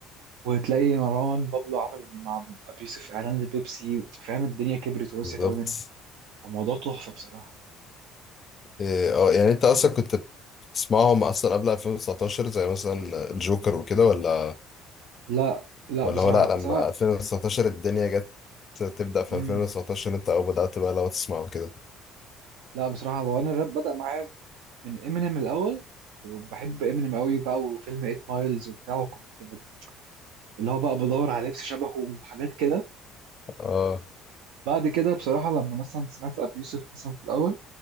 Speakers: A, on the right; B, on the left.
A: وتلاقي مروان بابلو عمل مع أبي يوسف إعلان لبيبسي فاهم الدنيا كبرت ووسعت
B: بالظبط
A: قوي منهم الموضوع تحفة بصراحة
B: إيه، اه يعني انت اصلا كنت بتسمعهم اصلا قبل 2019 زي مثلا الجوكر وكده ولا
A: لا لا
B: ولا
A: بصراحة
B: هو لا
A: بس
B: لما
A: أنا
B: 2019 الدنيا جت تبدأ في
A: مم.
B: 2019 انت او بدأت بقى لو تسمعه كده
A: لا بصراحة هو أنا الراب بدأ معايا من إمينيم الأول بحب إمينيم قوي بقى وفيلم 8 مايلز وبتاع وكنت ب- اللي هو بقى بدور على لبس شبهه وحاجات كده
B: اه
A: بعد كده بصراحة لما مثلا سمعت أبي يوسف مثلا في الأول